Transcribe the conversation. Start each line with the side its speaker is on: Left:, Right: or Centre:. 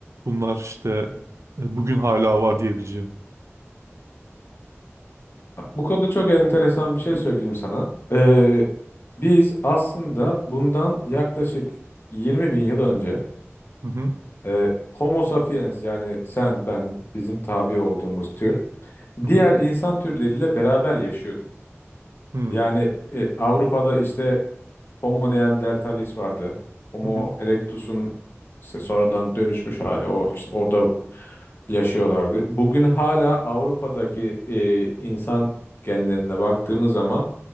Right: bunlar işte e, bugün hala var diyebileceğin.
Left: Bak, bu konuda çok enteresan bir şey söyleyeyim sana. E, biz aslında bundan yaklaşık 20 bin yıl önce
Right: Hı hı
Left: e, Homo sapiens yani sen, ben, bizim tabi olduğumuz tür
Right: hı
Left: diğer insan türleriyle beraber yaşıyorduk.
Right: hı
Left: Yani e, Avrupa'da işte Homo neanderthalis vardı. Homo
Right: hı hı
Left: erectus'un işte sonradan dönüşmüş hali. O işte orada yaşıyorlardı. Bugün hala Avrupa'daki e, insan genlerine baktığımız zaman